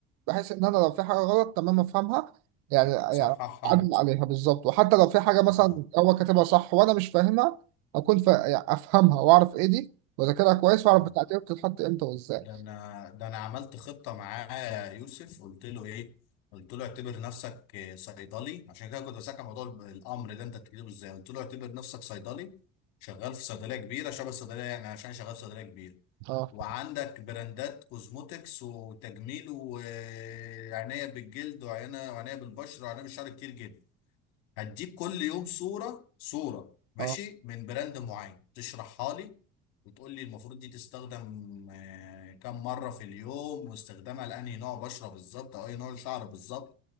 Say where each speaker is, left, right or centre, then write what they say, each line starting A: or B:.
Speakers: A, on the right; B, on the left.
A: بحيث إن أنا لو في حاجة غلط تمام أفهمها يعني يعني
B: صحح انت
A: أعدل عليها بالظبط وحتى لو في حاجة مثلا
B: اه
A: هو كاتبها صح وأنا مش فاهمها أكون فا... يعني أفهمها وأعرف إيه دي وأذاكرها كويس وأعرف
B: اه
A: بتاعتي بتتحط إمتى وإزاي
B: ده انا ده انا عملت خطه معاه يا يوسف قلت له ايه قلت له اعتبر نفسك آه، صيدلي عشان كده كنت بسألك عن موضوع الب- الامر ده انت بتكتبه ازاي قلت له اعتبر نفسك صيدلي شغال في صيدليه كبيره شبه الصيدليه يعني عشان شغال في صيدليه كبيره
A: أه
B: وعندك براندات كوزموتكس وتجميل وعناية بالجلد وعناية وعناية بالبشرة وعناية بالشعر كتير جدا هتجيب كل يوم صورة صورة ماشي
A: اه
B: من براند معين تشرحها لي وتقول لي المفروض دي تستخدم آه، كم مرة في اليوم واستخدامها لأنهي نوع بشرة بالظبط أو أي نوع شعر بالظبط